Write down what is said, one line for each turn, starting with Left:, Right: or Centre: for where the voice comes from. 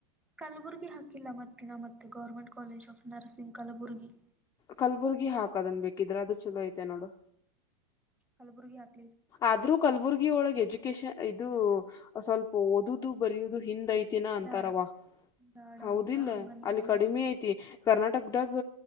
Centre: ಕಲ್ಬುರ್ಗಿ ಹಾಕಿಲ್ಲ ಮತ್ತಿನ ಮತ್ತ government college of nursing Kalaburagi
Left: Kalaburagi ಹಾಕದನ್ ಬೇಕಿದ್ರೆ ಅದು ಚಲೋ ಐತೆ ನೋಡು
Centre: ಕಲ್ಬುರ್ಗಿ ಆಗ್ತ
Left: ಆದ್ರೂ ಕಲಬುರ್ಗಿ ಒಳಗ್ ಎಜುಕೇಶನ್ ಐತಿ ಸ್ವಲ್ಪ ಓದದು ಬರಯುವುದು ಹಿಂದ್ಯ್ತ ದಿನ ಅಂತಾರವಾ
Centre: ಬೇಡ ಬೇಡ
Left: ಹೌದಿಲ್ಲ
Centre: ಅಂತ ಹಂಗಂದ್ರೆ
Left: ಅಲ್ಲಿ
Centre: ಬೇಡ
Left: ಕಡಿಮೆ ಐತಿ ಕರ್ನಾಟಕದಾಗ